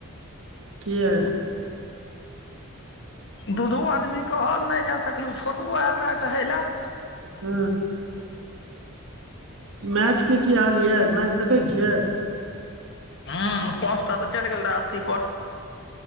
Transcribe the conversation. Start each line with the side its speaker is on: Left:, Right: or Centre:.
Right: किया
Left: दू दो आदमी कहल नहि जा सकलहुँ छोटु आयल रहऽ कहै लए
Right: हू मैच के की हाल यऽ मैच देखै छियै
Left: ह पाँच टा तऽ चलि गेल रहे अस्सी पर